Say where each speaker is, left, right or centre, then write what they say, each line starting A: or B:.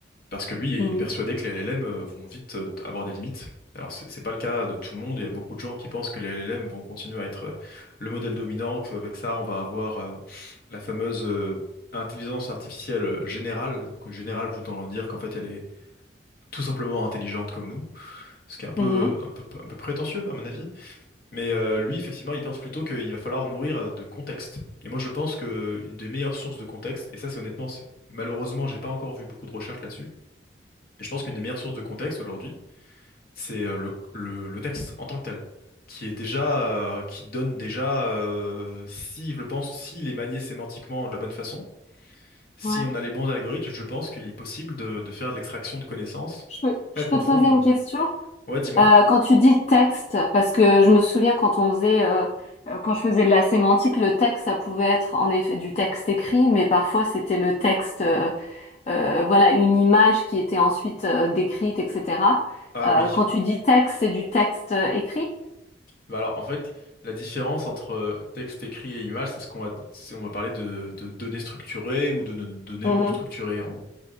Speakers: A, on the left; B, on the left.
A: Parce que lui,
B: Mhm,
A: il est persuadé que les LLM euh, vont vite euh, avoir des limites. Alors, c'est c'est pas le cas de tout le monde. Il y a beaucoup de gens qui pensent que les LLM vont continuer à être euh, le modèle dominant, qu'avec ça, on va avoir euh, la fameuse euh, intelligence artificielle euh, générale. Donc, euh, générale voulant dire qu'en fait, elle est tout simplement intelligente comme nous, ce qui est un peu,
B: mhm.
A: un peu, un peu prétentieux, à mon avis. Mais euh, lui, effectivement, il pense plutôt qu'il va falloir nourrir euh, de contexte. Et moi, je pense que une des meilleures sources de contexte, et ça, c'est honnêtement, c'est- malheureusement, j'ai pas encore vu beaucoup de recherches là-dessus, et je pense qu'une des meilleures sources de contexte aujourd'hui, c'est euh, le, le- le texte en tant que tel, qui est déjà, euh, qui donne déjà, euh, si je le pense, s'il est manié sémantiquement de la bonne façon, si
B: Ouais.
A: on a les bons algorithmes, je pense qu'il est possible de, de faire de l'extraction de connaissances
B: Je peux, je
A: très profondes.
B: peux te poser une question?
A: Ouais, dis-moi.
B: Euh, quand tu dis texte, parce que je me souviens quand on faisait, euh, euh, quand je faisais de la sémantique, le texte, ça pouvait être en effet du texte écrit, mais parfois c'était le texte. euh, euh, voilà, une image qui était ensuite euh, décrite, etc.
A: Ah
B: Euh,
A: oui,
B: quand tu dis texte, c'est du texte euh, écrit?
A: Bah alors, en fait, la différence entre euh, texte écrit et image, c'est ce qu'on va, c'est- on va parler de, de données structurées ou de no- données
B: Mhm,
A: non structurées, en gros.